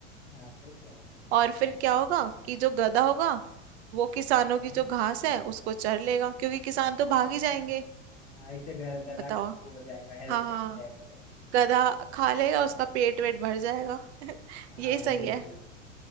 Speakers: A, on the left; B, on the right.
A: हाँ फिर क्या हुआ
B: और फिर क्या होगा कि जो गधा होगा वो किसानों
A: हाँ
B: की
A: हाँ
B: जो घास है उसको चर लेगा क्योंकि किसान तो भाग
A: <laughs>
B: ही जाएंगे
A: हाँ इससे ग- गधा
B: बताओ
A: का वो हो जाएगा हेल्थ
B: हाँ
A: सही
B: हाँ,
A: हो जाएगा क्या
B: गधा खा लेगा उसका पेट वेट भर जाएगा <laughs>
A: हाँ
B: ये सही
A: बिल्कुल
B: है